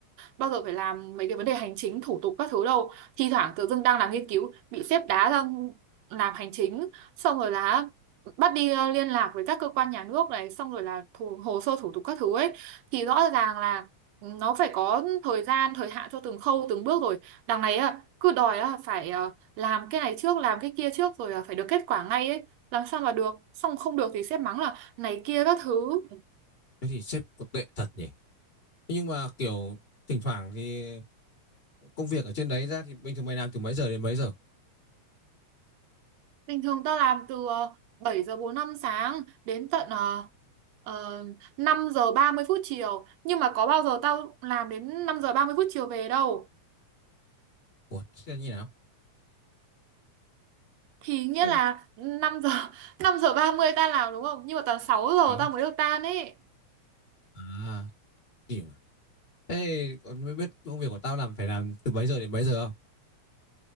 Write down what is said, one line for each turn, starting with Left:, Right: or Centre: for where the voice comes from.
Right: bao giờ phải làm mấy cái vấn đề hành chính thủ tục các thứ đâu thi thoảng tự dưng đang làm nghiên cứu bị sếp đá ra làm hành chính xong rồi là bắt đi ờ, liên lạc với các cơ quan nhà nước này xong rồi là thủ, hồ sơ thủ tục các thứ ấy thì rõ ràng là nó phải có thời gian thời hạn cho từng khâu từng bước rồi đằng này á, cứ đòi á, phải ờ, làm cái này trước làm cái kia trước rồi là phải được kết quả ngay ấy làm sao mà được xong không được thì sếp mắng là này kia các thứ
Left: thế thì sếp có tệ thật nhỉ Thế nhưng mà kiểu thỉnh thoảng thì công việc ở trên đấy ra thì bình thường mày làm từ mấy giờ đến mấy giờ
Right: Bình thường tao làm từ ờ, 7 giờ 45 sáng đến tận ờ, ờ, 5 giờ 30 phút chiều. Nhưng mà có bao giờ tao làm đến 5 giờ 30 phút chiều về đâu.
Left: ủa thế là như nào
Right: Thì nghĩa
Left: thế...
Right: là 5 giờ <laughs> 5 giờ 30 tao làm đúng không? Nhưng mà toàn 6 giờ
Left: Ừ.
Right: tao mới được tan ấy.
Left: à gì mà thế còn mới biết công việc của tao làm phải làm từ mấy giờ đến mấy giờ không